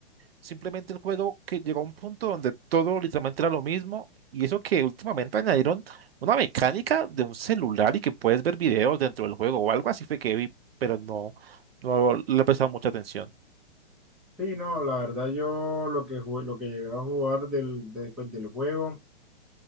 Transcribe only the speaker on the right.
Simplemente el juego que llegó a un punto donde todo literalmente era lo mismo. Y eso que últimamente añadieron una mecánica de un celular y que puedes ver videos dentro del juego o algo así fue que vi, pero no, no le he prestado mucha atención.